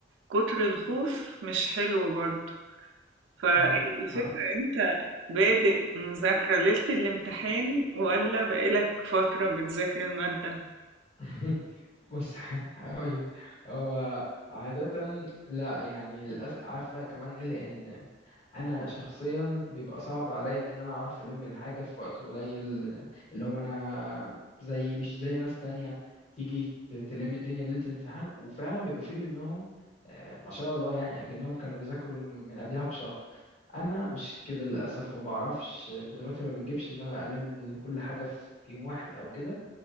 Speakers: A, on the right; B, on the left.
A: كتر الخوف مش حلو برضه. فالفكرة
B: اه ما
A: انت بادئ مذاكرة ليلة الامتحان ولا بقالك فترة بتذاكر المادة
B: <laughs> بص <laughs> هقولك هو عادة لا يعني للأسف عارفة كمان ليه لأن انا شخصيا بيبقى صعب عليا ان انا اعرف الم الحاجه في وقت قليل اللي هو انا زي مش زي ناس تانية تيجي ت- تلم الدنيا ليله الامتحان وفعلا بيبقى في منهم آه، ما شاء الله يعني اكنهم كانوا بيذاكروا من قبلها بشهر انا مش كده للاسف ما بعرفش قدراتي ما بتجيبش ان انا الم كل حاجه في يوم واحد او كده